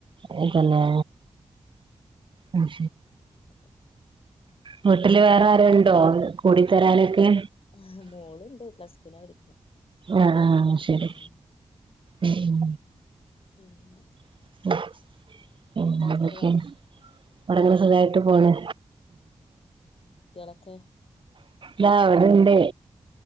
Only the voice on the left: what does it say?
<inaudible>
ഉം മോളുണ്ട് പ്ലസ്ടുവിന പഠിക്കുന്നെ
ഓള
എന്തെങ്കിലും
ഉം
പിന്നെ
എന്താ അവിടത്തൊക്കെ
പാട്
കുട്ട്യാളൊക്കെ